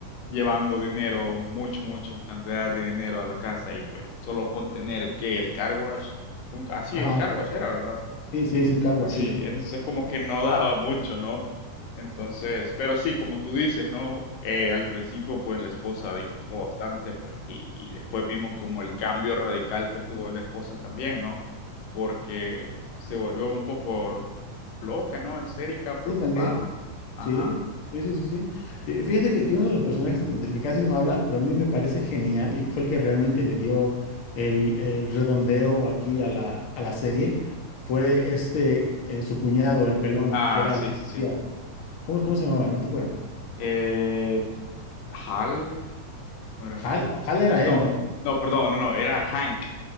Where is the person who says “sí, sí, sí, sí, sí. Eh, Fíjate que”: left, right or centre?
Left